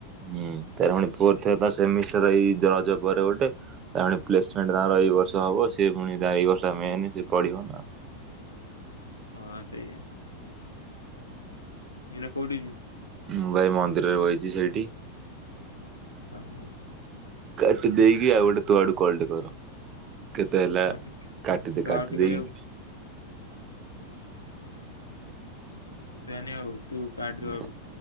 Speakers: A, on the right (about 30°); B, on the left (about 80°).
A: ହୁଁ ତାର ପୁଣି ପୁଅ ଥ ତ ସେ ମିଶର ଏଇଜ ପରେ ଗୋଟେ। ତା ପୁଣି ପ୍ଲେସମେଣ୍ଟ ତାଙ୍କର ଏଇ ବର୍ଷ ହବ ସେ ପୁଣି ଏଇ ବର୍ଷଟା ମିେନି ସେ ପଢିବନା ଆଉ।
B: ହଁ ସେୟା। ଏଇନା କଉଠି ଯୁ
A: ମୁଁ ଭାଇ ମନ୍ଦିରରେ ବହିଚି ସେଇଠି।
B: ଓ ହୋ।
A: କାଟି ଦେଇକି ଆଉ ଗୋଟେ ତ ଆଡୁ କଲଟେ କର। କେତେ ହେଲା
B: ଆଉ ଟିକେ
A: କାଟଦେ
B: ର
A: କାଟି
B: ଆଉ ଟିକେ
A: ଦେଇ
B: ଯାଉ ହଉ ତାହେଲେ ହଉ ତୁ କାଟ
A: ହୁଁ
B: ତୋ ଆଡୁ।